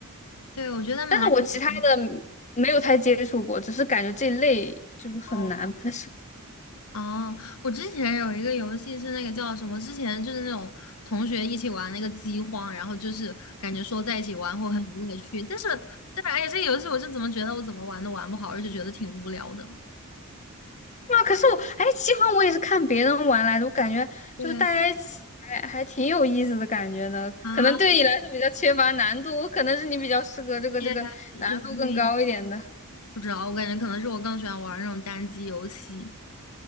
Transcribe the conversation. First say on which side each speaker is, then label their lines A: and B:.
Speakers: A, on the left; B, on the left.
A: 对，我觉得蛮有意思。
B: 但是我其他的没有太接触过，只是感觉这类就是很难，
A: 哦
B: 不太适
A: 哦，我之前有一个游戏是那个叫什么？之前就是那种同学一起玩那个饥荒，然后就是感觉说在一起玩会很有乐趣，但是但是哎呀，这个游戏我是怎么觉得我怎么玩都玩不好，而且觉得挺无聊的。
B: 哇，可是我，哎，饥荒我也是看别人玩来的，我感觉就是大家一起还还挺有意思的感觉呢。
A: 对啊，
B: 可能对你来说比较缺乏难度，
A: 啊
B: 我可能是你比较适合这个这个难度更高一点的
A: 也也不一不知道，我感觉可能是我更喜欢玩那种单机游戏。